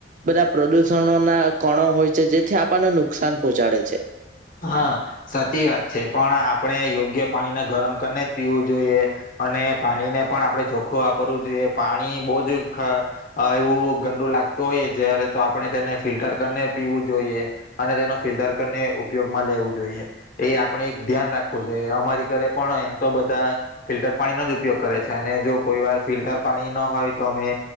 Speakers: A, on the right; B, on the left.
A: બધા પ્રદુષણોના કણો હોય છે જેથી આપણને નુકસાન પહોંચાડે છે.
B: હા સાચી વાત છે પણ આપણે યોગ્ય પાણીના ગરમ કરીને જ પીવું જોઈએ અને પાણીને પણ આપણે ચોખ્ખું વાપરવું જોઈએ પાણી બહુજ એવું ખ અવુ ગંદુ લાગતું હોય જ્યારે તો આપણે તેને ફિલ્ટર કરીને પીવું જોઈએ અને તેનો ફિલ્ટર કરીને પયોગમાં લેવું જોઈએ એ આપણે એક ધ્યાન રાખવું જોઈએ અમારી ઘરે પણ એમ તો બધા ફિલ્ટર પાણીનો જ ઉપયોગ કરે છે અને જો કોઈ વાર ફિલ્ટર પાણી ન હોય તો અમે